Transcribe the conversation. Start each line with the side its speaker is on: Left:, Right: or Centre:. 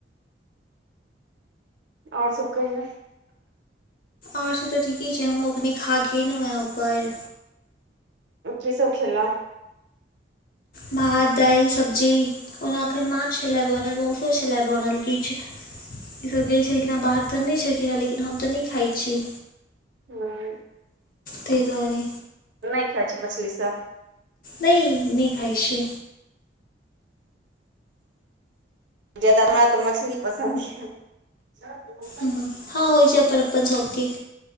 Right: और सब कहियौ?
Left: और सब तऽ ठीके छै हमहूँ अखने खाके ऐलौ हेँ ऊपर।
Right: की सब खेलौ?
Left: भात, दैल, सब्जी। ओना एखन माछ छेल्लए बनल मौसो छेल्लए बनल किछ। ईसब गेल छलखिन हेँ बाहर तऽ नै छेलखिन हेँ लेकिन हम तऽ नै खाय छी।
Right: हँ।
Left: तैय दुआरे।
Right: नै खाय छी मछली सब।
Left: नै- नै खाय छी।
Right: जादा हमरा तऽ मछली पसंन्द या। <unintelligible>
Left: हँ होय छै अपन अपन सबके